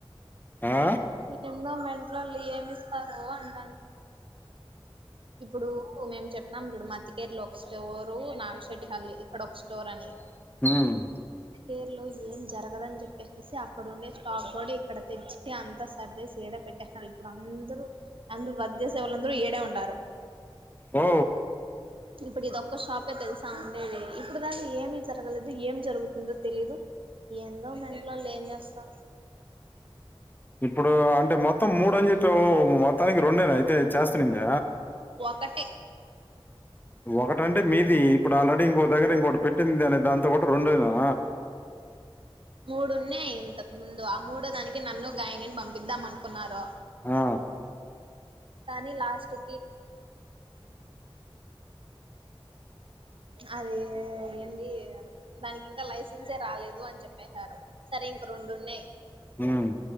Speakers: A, on the left; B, on the right.
A: ఆ
B: ఎన్నో మంట్లళు ఏమి ఇస్తారు అంట ఇప్పుడు మేము చెప్ నం చుడు మత్తికేర్లు ఒక స్టోరు నాగశెట్టి హల్ ఇక్కడ ఒక స్టోర్ అని
A: హుమ్
B: పేర్లో ఏం జరగదని చెప్పేసి అక్కడండే స్టాక్ కూడా ఇక్కడ తెచ్చి అంత సర్వీస్డ పెట్టేస్తున్నారు ఇప్పుడు అందరూ అందరూ వద్యసే వాళ్ళందరూ ఏడే ఉన్నారు
A: ఓ
B: ఇప్పుడు ఇద ఒక్క షాపే తెలుసాం ఉండేది ఇప్పుడు దాకా ఏమి జరగలేదు ఏం జరుగుతుందో తెలీదు ఎందో మెట్లో వాళ్ళు ఏం చేస్తారు
A: ఇప్పుడు అంటే మొత్తం మూడు అని చెప్పా మొత్తానికి రెండేనా అయితే చేస్తునుంద
B: ఒకట్టటి
A: ఒకటంటే మీది ఇప్పుడు ఆల్రెడీ ఇంకో దగ్గర ఇంకోకటి పెట్టింది అనే దాంతో కూడా రెండడునా
B: మూడున్నే ఇంతకు ముందు ఆ మూడో దానికి నన్ను గాయనిని పంపిద్దాం అనుకున్నారు
A: ఆ
B: కానీ లాస్ట్కి అద ఏంటి దానికి ఇంకా లైసెన్సే రాలేదు అంటే చెప్పేశారు సరే ఇంక రెండున్నాయి
A: ఉమ్